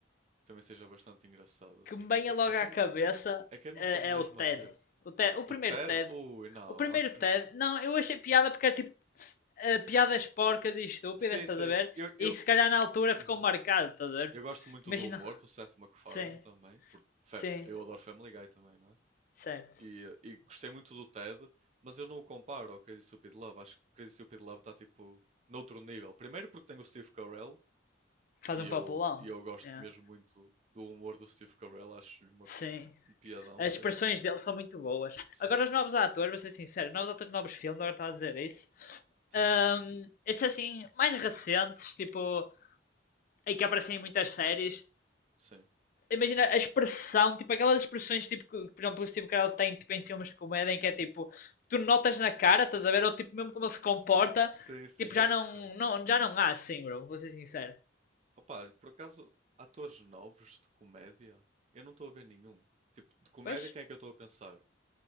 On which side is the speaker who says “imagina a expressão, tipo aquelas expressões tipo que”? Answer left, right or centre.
Left